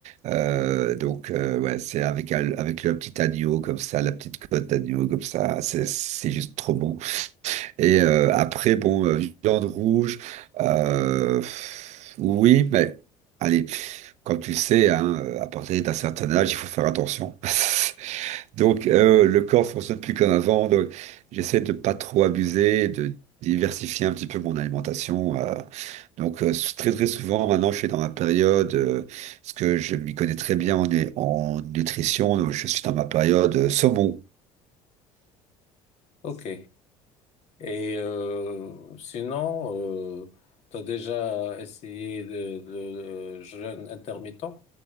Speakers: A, on the right (about 60°); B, on the left (about 55°).
A: Euh, donc, euh, ouais, c'est avec, un- avec le petit agneau comme ça, la petite côte d'agneau comme ça, c'est c'est juste trop bon. Et euh, après, bon, euh, viande rouge, euh, oui, mais allez, comme tu sais, hein, euh, à partir d'un certain âge, il faut faire attention. <laughs> Donc, euh, le corps fonctionne plus comme avant. Donc, j'essaie de pas trop abuser, de diversifier un petit peu mon alimentation. euh. donc, euh, très très souvent, maintenant, je suis dans ma période, euh, parce que je m'y connais très bien en, nu- en nutrition. Donc, je suis dans ma période euh, saumon.
B: Ok. Et euh, sinon, euh, t'as déjà essayé le, le, le jeûne intermittent,